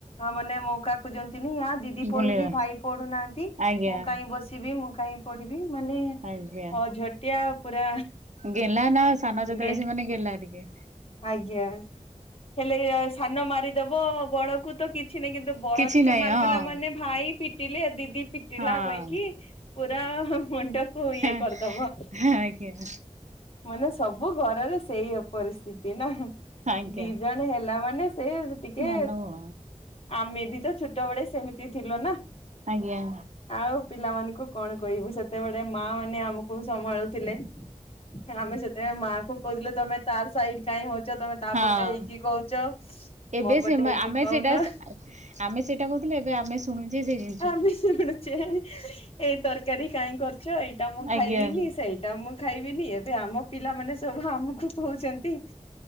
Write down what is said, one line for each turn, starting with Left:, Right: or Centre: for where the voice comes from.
Left: ମାନେ ମକା ଖୋଜନ୍ତିନି। ଦିଦି ପଢୁନି
Right: ବୁଲିବା
Left: ଭାଇ ପଢୁନାହାନ୍ତି
Right: ଆଜ୍ଞା
Left: ମୁଁ କାଇହିଁ ବସିବି ମୁଁ କାଇହିଁ ପଢିବି ମାନେ
Right: ଆଜ୍ଞା
Left: ଝଟିଆ ପୁରା
Right: ଗେଲା ନା ସାନ ଚତବେ
Left: ଗେ
Right: ସେ ମାନେ ଗେଲା ଟିକେ।
Left: ଆଜ୍ଞା ହେଲେ ସାନ ମାରିଦବ ବଳକୁ ତ କିଛି ନାହିଁ କିନ୍ତୁ ବଳ
Right: କିଛି
Left: ଟିକେ
Right: ନାହିଁ
Left: ମାରିଦେଲା
Right: ହଁ।
Left: ମାନେ ଭାଇ ପିଟିଲେ ଦିଦି ପିଟିଲା
Right: ହଁ
Left: କହିକି ପୁରା ମୁଣ୍ଡକୁ ଇଏ
Right: ଆଜ୍ଞା
Left: କରିଦବ।
Right: ଆଜ୍ଞା।
Left: ମାନେ ସବୁ ଘରରେ ସେଇ ଅ ପରିସ୍ଥିତି। ନା
Right: ଆଜ୍ଞା
Left: ଦି ଜଣ ହେଲା ମାନେ ସେ ଟିକେ
Right: ମାନବ
Left: ଆମେ ବି ତ ଛୋଟ ବଳେ ସେମିତି ଥିଲୁ ନା।
Right: ଆଜ୍ଞା।
Left: ଆଉ ପିଲାମାନଙ୍କୁ କଣ କହିବୁ ସେତେବେଳେ ମା ମାନେ ଆମକୁ ସମ୍ଭାଳୁଥିଲେ। ଆମେ ସେତେବୋଇଁ ମାଆ କ କହୁିଲୁ ତମେ ତା ସାଇଡ କାଇହିଁ ହଉଛ ତମେ ତାପଟେ
Right: ହଁ।
Left: ହେଇକି କହୁଛ
Right: ଏବେ
Left: ମୋ
Right: ସେ
Left: ପଟେ ହେଇକି
Right: ଆମେ
Left: କହୁନ।
Right: ସେଇଟା ଆମେ ସେଇଟା କହୁଥିଲେ ଏବେ ଆମେ ଶୁଣୁଛେ ସେଇ ଜିନିଷଟା।
Left: ଆମେ ଶୁଣୁଛେ ଏଇ ତରକାରୀ କାଇଁ କରିଛ ଏଇଟା ମୁଁ ଖାଇବିନି
Right: ଆଜ୍ଞା
Left: ସେଇଟା ଏଟା ମୁଁ ଖାଇବିନି ଏବେ ଆମ ପିଲାମାନେ ସବୁ ଆମକୁ କହୁଛନ୍ତି।